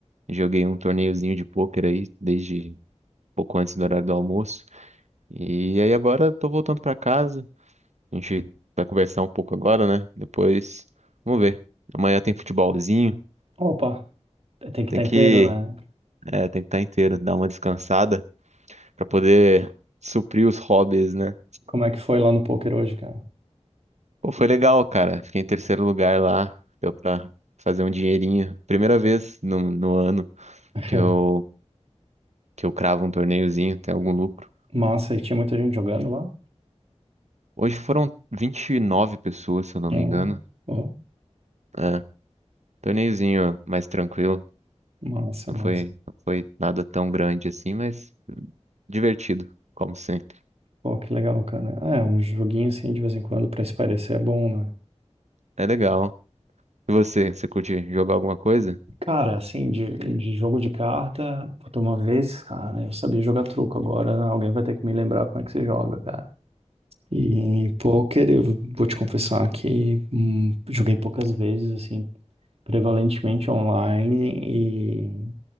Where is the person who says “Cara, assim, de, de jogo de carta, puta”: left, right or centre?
Right